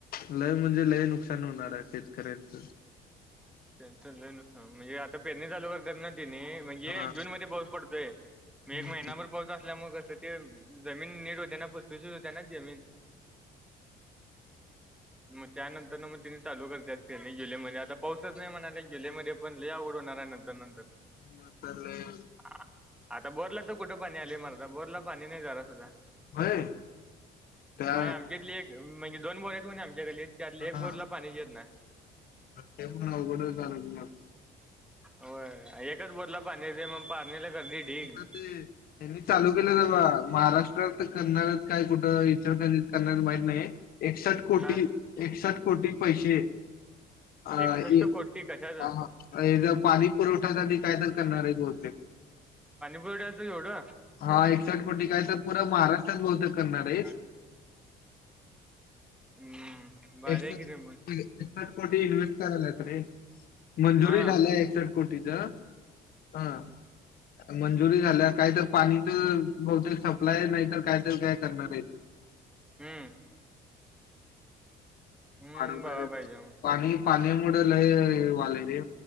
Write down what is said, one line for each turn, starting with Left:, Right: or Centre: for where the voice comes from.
Left: लय म्हणजे लय नुकसान होणार आहे शेतकऱ्यांच.
Centre: त्याचं लई नुकसान म्हणजे आता पेरणी चालु करताना. कणी म्हणजे
Left: हा
Centre: जून मध्ये पाऊस पडतोय. म एक
Left: हम्म.
Centre: महिनाभर पाऊस असल्यामुळं क तर ते जमीन नीट होते ना फुसफुसित होत्या ना जमीन. मग त्यानंतर न मग तिने चालु करतात तेनी जुलै म आता पाऊस तर नाही म्हणाले जलै मध्ये पण लयी अवघड होणार आहे नंतर नंतर.
Left: मग तर लय
Centre: आ- आता बोरला कुठं पाणी आलेय मर्दा बोरला पाणी नाही जरा सुद्धा.
Left: होय त्या
Centre: नाही आमच्यातली एक म्हणजे दोन बोरा तू आणि आमच्या गल्लीत. त्यातली
Left: हा
Centre: एक बोरला पाणीच येत नही.
Left: ते पण अवघडच झालं मग.
Centre: हो एकच बोरला पानी येते मग पाणीला गर्दी ढीग
Left: आता ते त्यांनी चालू केलं ते बा महाराष्ट्रात करनाऱ्या काय कुठं, इचलकरंजी करनार आहेसं माहीत नाही ये. एकसठ कोटी
Centre: का
Left: एकसठ. कोटी पैसे. अ हा.
Centre: एकसष्ट कोटी कशाचं
Left: हा. हेज पाणी पुरवठ्यासाठी काय तर करणार हायत बहुतेक,
Centre: वड्याचं एवढं.
Left: हा एकसठ कोटी काय, तर पुरा महाराष्ट्रात बहुतेक
Centre: <unintelligible>
Left: करणार आहेत
Centre: हम्म भारी
Left: <unintelligible> एकसष्ट
Centre: आहे की रे मग
Left: कोटी इन्व्हेस्ट कराल्यात रे. <unintelligible> मंजुरी
Centre: हा
Left: झाल्या, एकसष्ट कोटीची ज.. हा, म्हणजे मंजुरी झाल्या, काही तर पाणीच बहतेक सप्लाय नाही तर काय तर काय करणार आहेत.
Centre: हम्म. हम्म,
Left: वाढवणार
Centre: बगाय
Left: आहेत
Centre: पाहिजे मग.
Left: पाणी मुळ, लय हे व्हायलय रे.